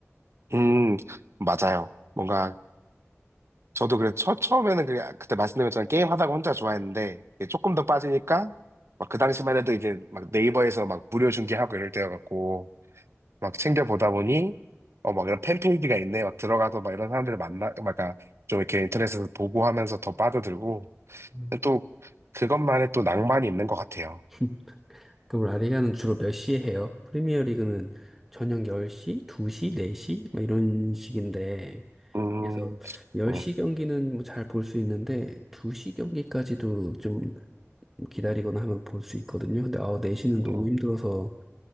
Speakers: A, on the right; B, in the centre.
A: 음, 맞아요. 뭔가, 저도 그래, 처, 처음에는 그, 그때 말씀드린 것처럼 게임 하다가 혼자 좋아했는데, 이게 조금 더 빠지니까, 막 그 당시만 해도 이제 막 네이버에서 막 무료 중계하고 이럴 때여갖고, 막 챙겨보다 보니, 어, 막 이런 팬페이지가 있네. 막 들어가서 막 이런 사람들을 만나, 막, 그러니까 좀 이렇게 인터넷에서 보고 하면서 더 빠져들고,
B: 음.
A: 근데 또, 그것만의 또 낭만이 있는 것 같아요.
B: <laughs> 그럼 라리가는 주로 몇 시에 해요? 프리미어 리그는 저녁 10시, 2시, 4시? 막 이런 식인데,
A: 음,
B: 그래서 10시
A: 음,
B: 경기는 뭐 잘 볼 수 있는데 2시 경기까지도 좀 기다리거나 하면 볼 수 있거든요. 근데 아홉 4시는 너무
A: 음,
B: 힘들어서